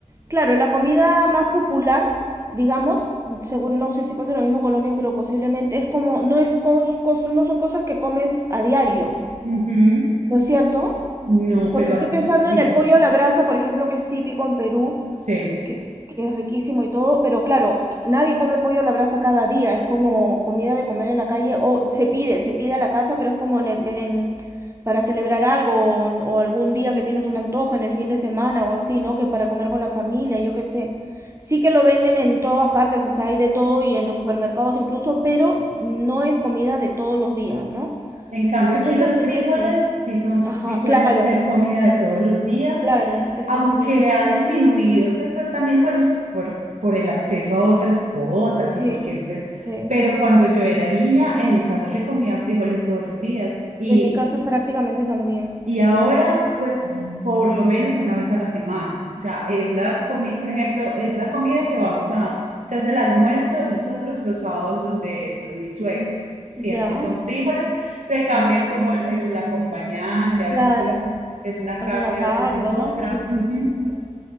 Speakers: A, on the right; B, on the right.
A: claro, la comida más popular, digamos, según, no sé si pasa lo mismo en Colombia, pero posiblemente es como, no es cos- cos- no son cosas que comes a diario,
B: ujú.
A: ¿no es cierto?
B: No,
A: Porque
B: pero
A: estoy
B: aquí
A: pensando
B: sí,
A: en el pollo a la brasa, por ejemplo, que es típico en Perú,
B: sí.
A: que, que es riquísimo y todo, pero claro, nadie come pollo a la brasa cada día, es como comida de comer en la calle, o se pide, se pide a la casa, pero es como en, en- para celebrar algo o, o algún día que tienes un antojo en el fin de semana o así, ¿no? Que para comer con la familia, yo qué sé. Sí que lo venden en todas partes, o sea, hay de todo y en los supermercados incluso, pero no es comida de todos los días, ¿no?
B: En cambio,
A: Estoy
B: aquí
A: pensando
B: los frijoles
A: en eso.
B: sí son,
A: Ajá,
B: sí suelen
A: claro,
B: ser comida de todos los días
A: claro, eso
B: aunque
A: sí,
B: ha disminuido te- pues también por el, por, por el acceso a otras cosas
A: sí,
B: y porque pues,
A: sí.
B: pero cuando yo era niña en mi casa se comían frijoles todos los días y,
A: En mi casa prácticamente también,
B: y
A: sí.
B: ahora pues por lo menos una vez a la semana. O sea, es la comida, por ejemplo, es la comida que vamos a, se hace el almuerzo de nosotros los sábados donde, donde mis suegros. Siempre
A: Ya,
B: son frijoles, le cambian como el, el acompañante, a
A: claro.
B: veces es, es una
A: Alguna
B: carne,
A: carne,
B: a veces es otra.
A: ¿no? Sí, sí,
B: Ujú
A: sí, sí.